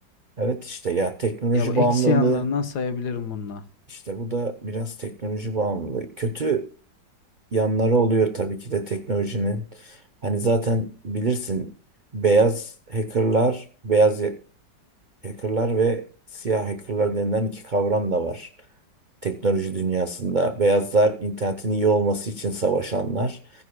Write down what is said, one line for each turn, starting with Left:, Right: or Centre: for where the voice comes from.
Right: Evet işte ya teknoloji
Left: Ya bu
Right: bağımlılığı
Left: eksi yanlarından sayabilirim bununla.
Right: İşte bu da biraz teknoloji bağımlılığı. Kötü yanları oluyor tabii ki de teknolojinin. Hani zaten bilirsin beyaz hackerlar, beyaz hackerlar ve siyah hackerlar denilen iki kavram da var teknoloji dünyasında. Beyazlar internetin iyi olması için savaşanlar.